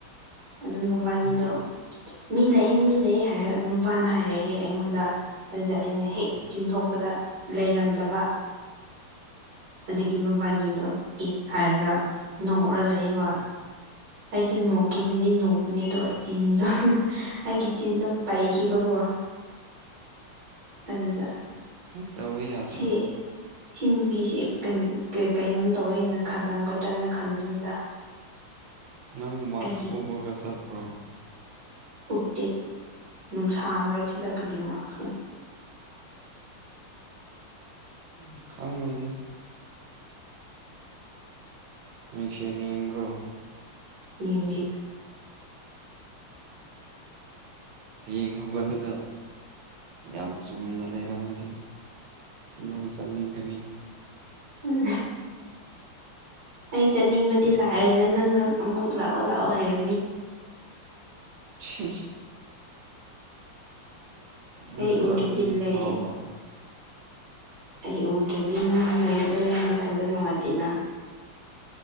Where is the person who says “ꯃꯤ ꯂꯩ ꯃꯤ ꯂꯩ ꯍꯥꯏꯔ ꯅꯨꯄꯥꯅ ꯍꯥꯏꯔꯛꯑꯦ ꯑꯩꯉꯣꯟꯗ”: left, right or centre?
Right